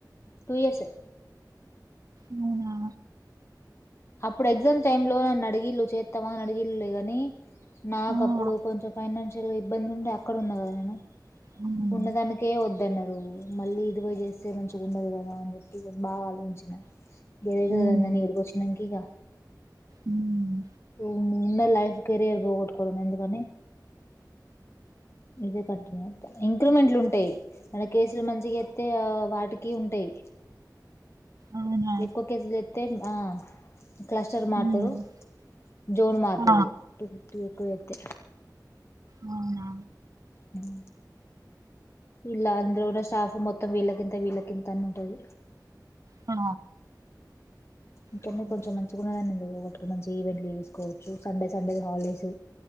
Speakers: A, on the left; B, on the right.
A: టూ ఇయర్సే
B: అవునా
A: అప్పుడు ఎగ్జామ్ టైమ్ లో నన్ను అడిగిళ్ళు చెత్తవానీ అడిగిళ్ళులే గని నాకప్పుడు
B: ఆ
A: కొంచెం ఫైనాన్ ల్ ఇబ్బంది ఉండే అక్కడ ఉన్న కద నేను
B: అవును.
A: ఉన్నదానికే వద్ అన్నరు మళ్ళీ ఇ ఇది పోయ్ చేస్తే మంచిగుండదు కదా అని కు బా ఆలోచించిన ఏదైతే
B: ఉమ్
A: అదైందని ఈడికి వచ్చి కిగా
B: ఉమ్
A: వున్నా లైఫ్ కెరియర్ పోగొట్టుకోవడం ఎందుకని ఇదె ఇంక్రిమెంట్ లుంటాయి మన కేసులు మంచిగా చేతే వాటికి ఉంటాయి
B: అవును అవునా
A: ఎక్కువ కేసులు చేత్ తే ఆ క్లస్టర్ మారుతరు
B: ఉమ్
A: జోన్ మారుతది
B: ఆ
A: టీ ఎక్కువ చేతే
B: అవునా
A: హు ఇలా అందులో ఉన్న స్టాఫ్ మొత్తం వీళ్ళకింత వీళ్ళకింత అని ఉంటది
B: ఆ
A: ఇక్కన్నె
B: అవునా
A: కొంచెం మంచిగున్నదండి మంచిగా ఈవెంట్లు చేసుకోవచ్చు సండే సండే హాలిడేస్